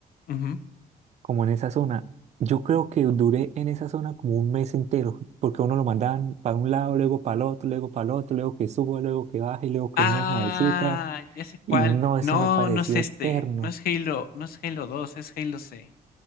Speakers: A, on the left (about 75°); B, on the right (about 45°).
A: ujú.
B: Como en esa zona. Yo creo que duré en esa zona como un mes entero, porque a uno lo mandaban para un lado, luego para el otro, luego para el otro, luego que suba, luego que baje, luego que
A: Ah,
B: en unas navecitas.
A: ya sé cuál.
B: Y no, eso
A: No,
B: me pareció
A: no es este.
B: eterno.
A: No es Halo, no es Halo 2, es Halo C.